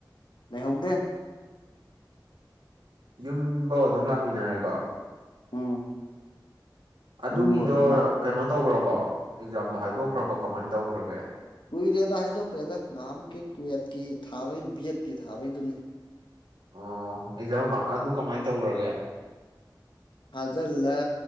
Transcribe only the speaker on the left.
ꯂꯩꯍꯧꯗꯦ
ꯎꯝ
ꯌꯨꯝꯕꯨ ꯑꯗꯨꯝ ꯂꯥꯛ
ꯀꯨꯏꯔꯦꯗ ꯍꯥꯏꯗꯣꯛꯈ꯭ꯔꯦ ꯑꯗ ꯉꯍꯃꯨꯛꯀꯤ ꯀꯨꯋꯦꯠꯀꯤ ꯊꯥꯕꯒꯤ ꯕꯦꯠꯀꯤ ꯊꯥꯕꯩꯗꯨꯅꯤ
ꯊꯥꯖꯤꯜꯂꯦ